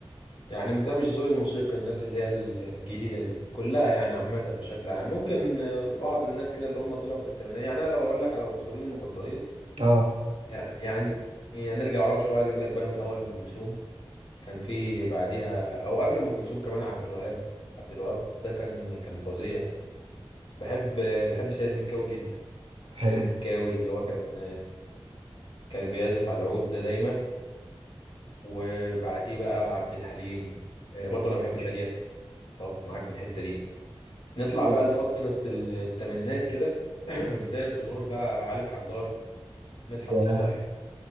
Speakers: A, on the left; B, on the right.
A: يعني ده مش ذوقي الموسيقي الناس اللي هي الجديده دي كلها يعني عامه بشكل عام ممكن آه، بعض الناس كده اللي هم طلعوا في الثمانينات يعني انا لو اقول لك على مطربين المفضلين
B: اه
A: يع- يعني هنرجع ورا شويه اجيب لك بقى من اول ام كلثوم كان في بعديها او قبل ام كلثوم كمان عبد الوهاب عبد الوهاب ده كان كان فظيع بحب بحب سيد مكاوي جدا سيد
B: حلو
A: مكاوي اللي هو كان كان بيعزف على العود ده دايما وبعديه بقى عبد الحليم آه، برضه انا بحب شادية متفق معاك في الحتة دي نطلع
B: <laughs>
A: بقى لفترة الثمانينات كده <clears throat> بداية ظهور بقى علي الحجار مدحت
B: يعني
A: صالح